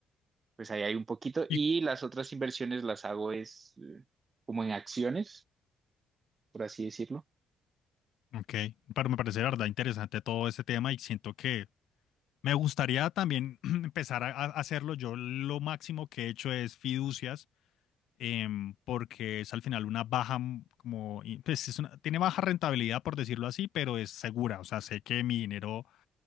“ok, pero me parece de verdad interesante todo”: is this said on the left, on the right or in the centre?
Left